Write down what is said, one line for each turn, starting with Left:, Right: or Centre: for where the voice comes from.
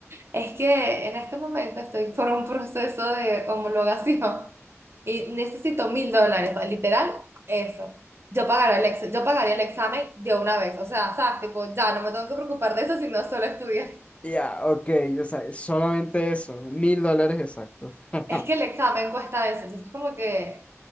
Right: es que en este momento estoy por un proceso de homologación y necesito mil dólares, o sea, literal, eso. Yo pagaré el ex- yo pagaría el examen de una vez, o sea, sabes, tipo, ya no me tengo que preocupar de eso, sino solo estudiar.
Left: Ya, ok, o sea, solamente eso, mil dólares exactos. <laughs>
Right: Es que el examen cuesta eso, entonces como que